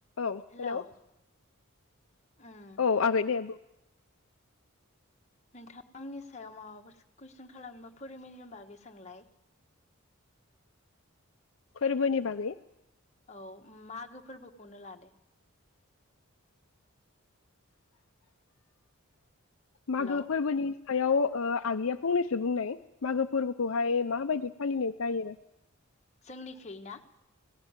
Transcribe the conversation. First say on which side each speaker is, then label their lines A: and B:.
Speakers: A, on the left (about 65°); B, on the left (about 30°).
A: औ
B: hello
A: hello
B: उम
A: औ आगै दे।
B: नोंथांआ आंनि सायाव माबाफोर कुइसन खालामबा फोरबानि बागै सोलाय।
A: फोररबोनि बागै?
B: औ मागो फोरबोखौनो लादो।
A: मागो
B: हेलौ
A: फोरबोनि आखायाव आगैया फंनैसो बुंनाय मागो फोरबोखौहाय माबायदि फालिनाय जायो।
B: जोंनिख ना?